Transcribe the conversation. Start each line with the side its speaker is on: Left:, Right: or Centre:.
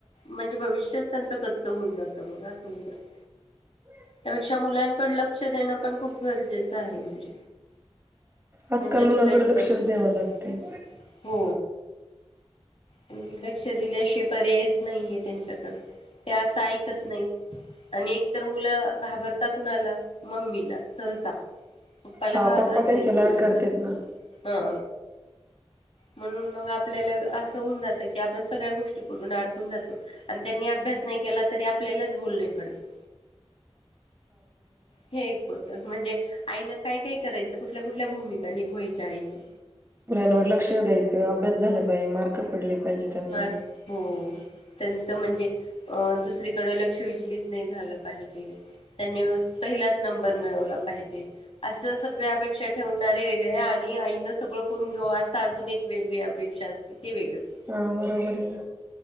Left: म्हणजे भविष्यच त्यांंच कच्च होऊन जातं मग असं होऊन जात.
Right: ह
Left: त्यापेक्षा मुलांकड लक्ष देणं पण खूप गरजेचं आहे म्हणजे.
Right: आजकाल
Left: त्यांच्या
Right: मुलांकडे
Left: छोट्या छोट्या
Right: लक्षचं
Left: गोष्टींमध्ये
Right: द्याव लागतंय.
Left: हो आणि लक्ष दिल्याशिवाय पर्यायच नाहीये त्यांच्याकडं. ते असं ऐकत नाहीत. आणि एक तर मुलं घाबरता कुणाला? मम्मीला सहसा. पप्पाला
Right: हा
Left: घाबरत
Right: पप्पा त्यांचे
Left: नाहीत मुलं
Right: लाड करतेत ना.
Left: हा. म्हणून मग आपल्याला असं होऊन जात की आपण सगळ्या गोष्टीकडून अडकून जातो. आणि त्यांनी अभ्यास नाही केला तरी आपल्यालाच बोलणी पडतं.
Right: ह
Left: हे एक होतं म्हणजे आईनं काय काय करायचं कुठल्या कुठल्या भूमिका निभवायच्या आईनं?
Right: मुलांवर लक्ष द्यायचं अभ्यास झाला पाहिजे मार्क पडले पाहिजे त्यांना.
Left: फार हो त्यांचं म्हणजे अ दुसरीकडं लक्ष विचलित नाही झालं पाहिजे. त्यांनी पहिलाच नंबर मिळवला पाहिजे. असं सगळ्या अपेक्षा ठेवणारे वेगळे आ णि आईन सगळं करून घ्याव असं अजून एक वेगळी अपेक्षा असते ते वेगळंच.
Right: हां बरोबर आहे.